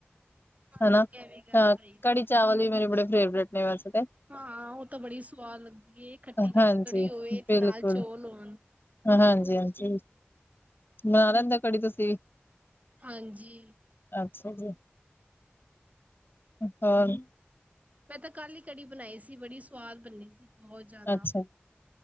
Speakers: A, on the right (about 35°); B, on the left (about 55°).
A: ਹਾਂਜੀ
B: ਹਨਾ
A: ਇਹ ਵੀ ਗੱਲ
B: ਤਾਂ
A: ਸਹੀ
B: ਕੜੀ
A: ਏ।
B: ਚਾਵਲ ਵੀ ਮੇਰੇ ਬੜੇ ਫੇਵਰੇਟ ਨੇ ਵੈਸੇ ਤੇ।
A: ਹਾਂ, ਉਹ ਤਾਂ ਬੜੀ ਸਵਾਦ ਲੱਗਦੀ ਐ ਖੱਟੀ,
B: ਹਾਂਜੀ
A: ਖੱਟੀ ਕੜੀ ਹੋਵੇ ਤੇ
B: ਬਿਲਕੁਲ
A: ਨਾਲ ਚੌਲ ਹੋਣ।
B: ਹਾਂਜੀ ਹਾਂਜੀ ਬਣਾ ਲੈਂਦੇ ਹੋ ਕੜੀ ਤੁਸੀਂ ਵੀ
A: ਹਾਂਜੀ।
B: ਅੱਛਾ ਜੀ ਹੋਰ,
A: ਮੈਂ ਤਾਂ ਕੱਲ ਹੀ ਕੜੀ ਬਣਾਈ ਸੀ। ਬੜੀ ਸਵਾਦ ਬਣਨੀ ਸੀ। ਬਹੁਤ ਜ਼ਿਆਦਾ
B: ਅੱਛਾ